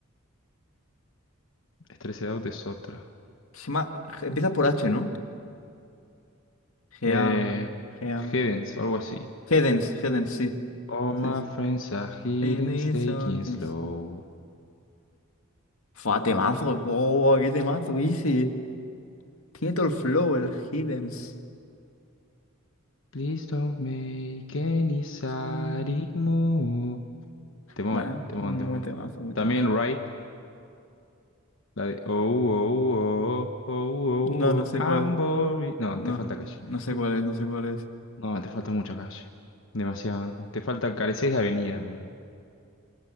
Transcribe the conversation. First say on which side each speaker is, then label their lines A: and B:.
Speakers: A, on the left (about 65°); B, on the left (about 85°).
A: Stressed Out es otra.
B: Se llama- empieza por H, ¿no? Gea.
A: Eh,
B: Gea.
A: Hiddens o algo así.
B: Hedens, Hedens, sí.
A: All my
B: Sí. sí.
A: friends are hidden,
B: Hedens,
A: taking
B: Hedens.
A: slow.
B: Fua, temazo. Wow, qué temazo, easy. Tiene todo el flow, el Hedens.
A: Please don't make any sadic
B: ¿sabes?
A: move. Temón,
B: Bueno,
A: temón,
B: muy
A: temón.
B: temazo, muy temazo.
A: También Ride, La de oh, oh, oh, oh, oh,
B: No, no sé
A: oh, oh,
B: cuál.
A: I'm boring. No,
B: No,
A: te falta calle.
B: no sé cuál es, no sé cuál es.
A: No, te falta mucha calle. Demasiado. Te falta, careces de avenida, boludo.